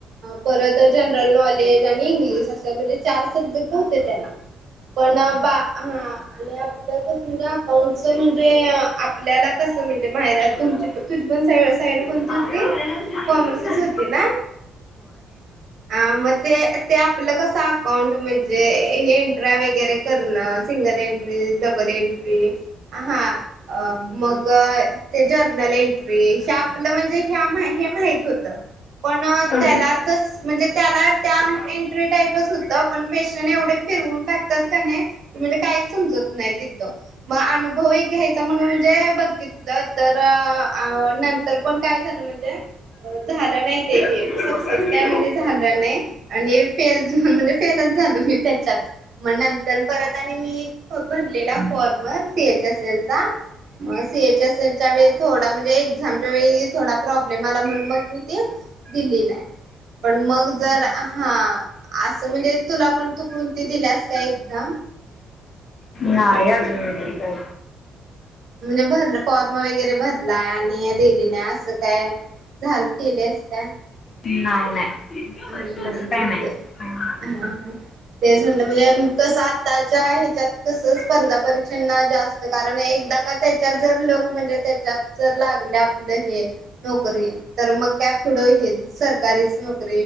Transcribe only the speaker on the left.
हा.
होय.
होय.
होय
हा
हा
हा
नाही अजूनत काय
नाही नाही
तसं काय नाही
हा.
होय